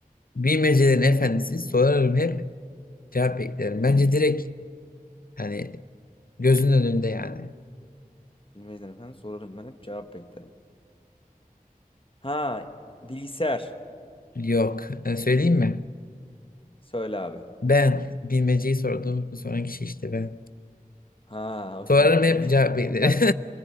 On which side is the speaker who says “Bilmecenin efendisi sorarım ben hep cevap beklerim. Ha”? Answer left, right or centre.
Left